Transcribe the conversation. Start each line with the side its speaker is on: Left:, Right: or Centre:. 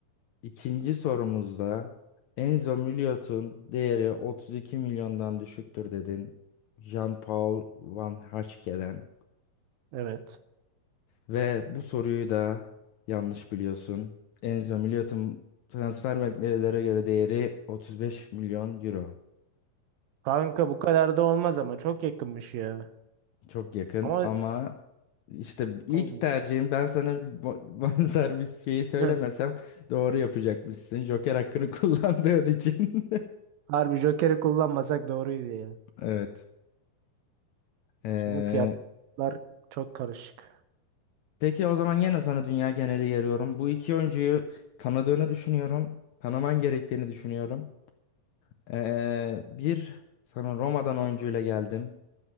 Left: ikinci sorumuzda Enzo Miliot'un değeri 32 milyondan düşüktür dedin. Jean-Paul Van Haschen'den.
Right: Evet.
Left: Ve bu soruyu da yanlış biliyorsun. Enzo Miliot'un transfer beklentilere göre değeri 35 milyon euro.
Right: Kanka bu kadar da olmaz ama çok yakınmış ya.
Left: Çok yakın
Right: Ama
Left: ama işte ilk
Right: abi,
Left: tercihim ben sana bir bo- <laughs> benzer şeyi söylemesem
Right: ne?
Left: doğru yapacakmışsın. Joker hakkını <laughs> kullandığın için. <laughs>
Right: <laughs> harbi Joker'i kullanmasak doğruydu ya.
Left: Evet. Ee,
Right: Şimdi fiyatlar çok karışık.
Left: peki o zaman yine sana dünya geneli geliyorum. Bu iki oyuncuyu tanıdığını düşünüyorum. Tanıman gerektiğini düşünüyorum. Ee, bir sana Roma'dan oyuncuyla geldim.